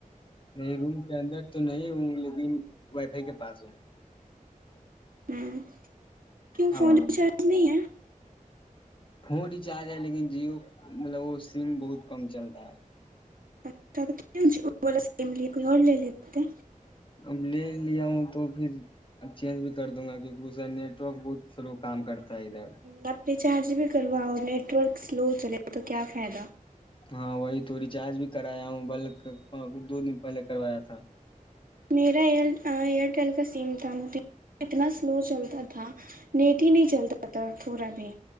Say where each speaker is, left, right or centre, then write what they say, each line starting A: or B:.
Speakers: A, on the left; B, on the right.
A: نہیں روم کے اندر تو نہیں ل وائی فائی کے پاس ہے
B: ہوں کیوں
A: ہاں
B: فون ریچارج نہیں ہے
A: فون ریچارج ہے لیکن جیو مطلب وہ سم بہت کم چل رہا ہے
B: اچھا تو وال ل ل لیے
A: اب لے لیا ہوں تو پھر ا چینج بھی کر دوں گا کیونکہ اسے نیٹورک بہت سلو کام کرتا ہے ادھر
B: ہ ب <unintelligible> چارج بھی کروا اور نیٹ ورک سلو چلے تو کیا فائدہ
A: ہاں وہی تو ریچارج بھی کرایا ہوں بلکچ دو دن پہلے کروایا تھا
B: میرا ایئرٹیل کا سم تھام ت وہ کتنا سلو چلتا تھا تھا نیٹ ہی نہیں چلتا پتا تھورا بھی